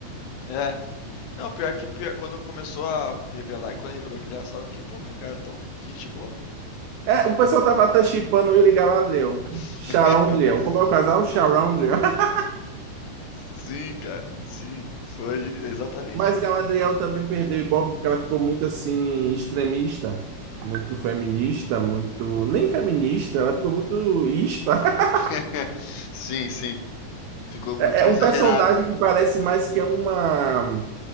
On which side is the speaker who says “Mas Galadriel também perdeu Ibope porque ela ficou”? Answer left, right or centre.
Right